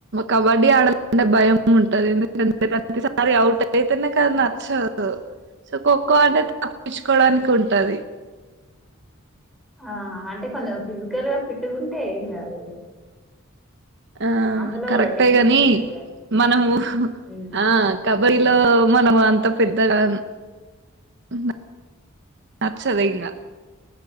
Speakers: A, on the right; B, in the centre.
A: కబడ్డీ ఆడాలంటే భయం ఉంటంది ఎందుకంటే ప్రతిసారి అవుట్ అయితేనేకది నచ్చదు సో ఖోఖో అంటే తప్పించుకోవడానికి ఉంటది
B: ఆ అంటే కొంచెం ఫిజికల్ గా ఫిట్గా ఉంటే ఏం కాదు
A: ఆ
B: అందులో
A: కరెక్టే
B: కూడా టెక్నిక్స్
A: కాగాని
B: ఉంటాయి కదా!
A: మనము
B: హ్మ్.
A: ఆ కబడ్డీలో మనం అంత పెద్దగా ఆ నచ్చదంగా